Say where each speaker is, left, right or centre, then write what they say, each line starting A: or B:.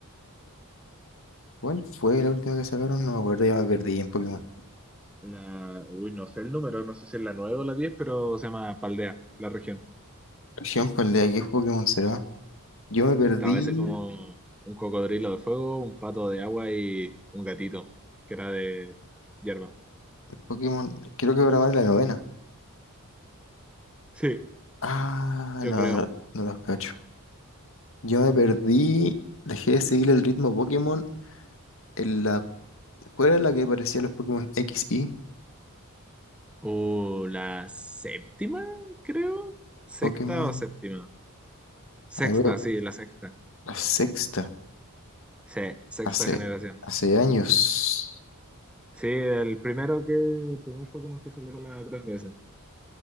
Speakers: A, on the left; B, in the centre.
A: ¿Cuál fue la última que sacaron? No me acuerdo, ya me perdí en Pokémon.
B: La, uy, no sé el número, no sé si es la 9 o la diez pero se llama Paldea, la región.
A: Por ejemplo, el de aquí, ¿qué Pokémon será? Yo me perdí
B: Estaba ese como un cocodrilo de fuego, un pato de agua y un gatito, que era de hierba.
A: en Pokémon, creo que ahora va en la novena.
B: Sí,
A: Ah,
B: yo
A: no,
B: creo.
A: no, no los cacho. Yo me perdí, dejé de seguir el ritmo Pokémon en la... ¿Cuál era la que parecía los Pokémon X y?
B: Uh, la séptima, creo. Sexta
A: Pokémon...
B: o séptima. Sexta,
A: a ver,
B: sí, la sexta.
A: la sexta.
B: Sí, sexta
A: Hace,
B: generación.
A: hace años.
B: Sí, el primero que, el primer Pokémon que salió para la 3DS.